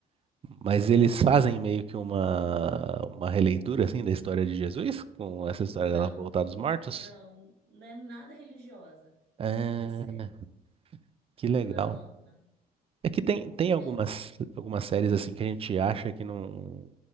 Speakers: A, on the right; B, on the right.
A: Mas eles fazem meio que uma, uma releitura assim da história de Jesus, com essa história
B: não,
A: dela voltar dos mortos.
B: não, não é nada religiosa
A: É,
B: a série.
A: que legal.
B: Não.
A: É que tem, tem algumas,
B: Tem-
A: algumas séries assim que a gente acha que não